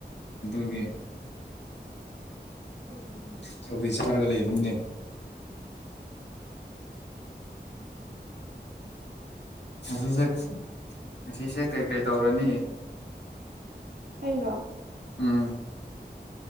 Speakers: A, on the left; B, on the right.
A: ꯑꯗꯨꯒꯤ
B: ꯀꯩꯅꯣꯅꯦ
A: ꯆꯧꯔꯤ ꯁꯔꯒ ꯂꯩꯕꯅꯤꯅꯦ
B: <unintelligible>
A: ꯉꯁꯤꯁꯦ ꯉꯁꯤꯁꯦ ꯀꯩꯀꯩ ꯇꯧꯔꯅꯤ
B: ꯑꯩꯔꯣ
A: ꯎꯝ